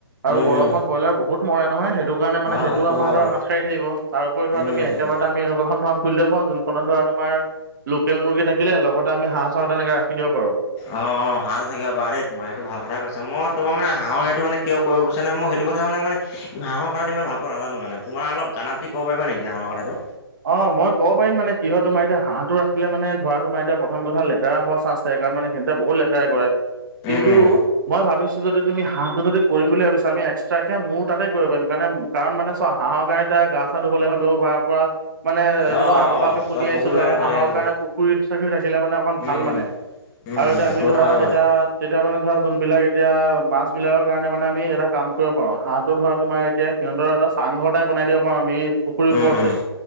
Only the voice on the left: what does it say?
উম
উম
অ
হয়
বাৰু
উম
অ', অ', হাঁহ থাকিব পাৰা দেই তোমাৰ সেইটো ভাল কথাই কৈছা। মই তোমাৰ মানে হাঁহৰ সেইটো মানে কিয় কৰিব বিচৰা নাই মই সেইটো কথা মানে-মানে কি হাঁহৰ কথাটো ইমান ভালকৈ নাজানো মানে তোমাৰ অলপ জানাতকে ক'ব পাৰা নেকি হাঁহৰ কথাটো?
উম, উম।
অ',
অ',
তোমাৰ
পুখুৰীৰ
কাৰণে
ভালেই হ'ব
উম,
উম,
উম,
সেইটো
কথা হয়
বাৰু
উম,
উম,